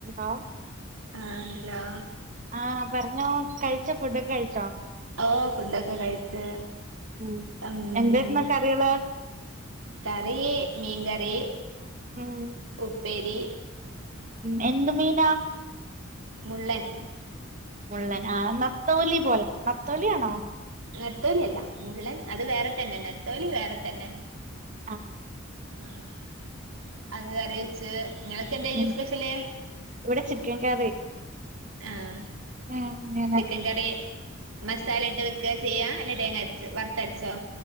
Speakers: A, on the right; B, on the right.
A: ആഹ്
B: ആഹ് ഹലോ
A: ആഹ് പറഞ്ഞോ കഴിച്ചോ ഫുഡൊക്കെ കഴിച്ചോ
B: ഓഹ് ഫുഡൊക്കെ കഴിച്ച്.
A: ഉം
B: അങ്ങാനെ
A: എന്തായിരുന്നു കറികള്
B: കറി മീൻകറി.
A: ഉം
B: ഉപ്പേരി
A: ഉം. എന്ത് മീനാ?
B: മുള്ളൻ.
A: മുള്ളൻ ആഹ് നത്തോലി പോലെ. നത്തോലിയാണോ?
B: നെത്തോലി അല്ല മുള്ളൻ അത് വേറെ തന്നെ നെത്തോലി വേറെ തന്നെ.
A: ആഹ്
B: ആഹ് അത് കറിവെച്ച് ഇങ്ങക്ക് എന്തെനു
A: ഉം
B: സ്പെഷ്യല്?
A: ഇവിടെ ചിക്കൻ കറി
B: ആഹ്
A: അങ്ങനെ
B: ചിക്കൻക്കറി മസാല ഇട്ട് വെക്ക ചെയ്യാ? അല്ല തേങ്ങ അര്ച്ച് വർത്തര്ച്ചോ?